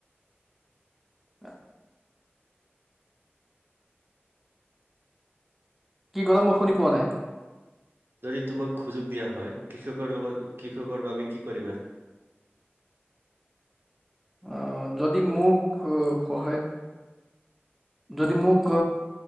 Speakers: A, in the centre; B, on the right (about 55°).
A: <unintelligible> কি ক'লা মই শুনি পোৱা নাই?
B: যদি তোমাক সুযোগ দিয়া হয় কৃষকৰ লগত কৃষকৰ বাবে কি কৰিবা?
A: আহ, যদি মোক সহায় যদি মোক